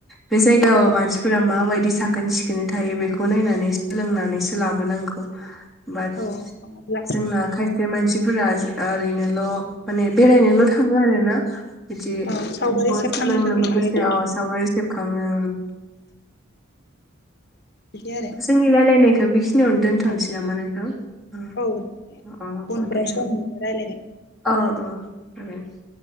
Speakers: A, in the centre; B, on the left.
A: बे जायगायाव मानसिफोरा माबायदि साखोन सिखोनै थायो बेखौ नायनानै सोलोंनानैसो लाबोनांगौ मान
B: औ नङाब्ला
A: जोंना खायसे मानसि फोरा ओरैनोल माने बेरायनोल थाङो आरो ना बिदि
B: औ सावगारि
A: थेबो
B: सेबखांनो
A: सोलोंनोबो
B: थाखाय थांनाय
A: गोसो
B: जायो
A: औ सावगारि खांनो
B: बिदि आरो
A: जोंनि रायलायनाय थोबिस खिनियावनो दोन्थनोसै
B: औ
A: नामा नोंथां अ
B: औ दे
A: अ
B: उनफोराव
A: औ दे
B: सम मोनबा रायलायनाय
A: अ अ <unintelligible>